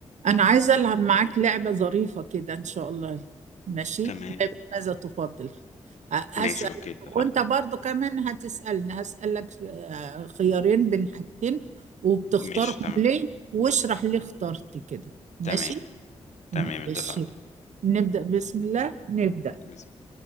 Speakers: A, on the right; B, on the left.
A: أنا عايزة ألعب معاك لعبة ظريفة كده إن شاء الله ماشي
B: تمام
A: لعبة ماذا تفضل ه- هسأل
B: ماشي اوكي اتفقنا
A: وأنت برضو كمان هتسألني هسألك آه، خيارين بين حاجتين وبتختارهم
B: ماشي تمام
A: ليه واشرح ليه اخترت كده ماشي
B: تمام تمام
A: ماشي
B: اتفقنا
A: نبدأ بسم الله نبدأ
B: بس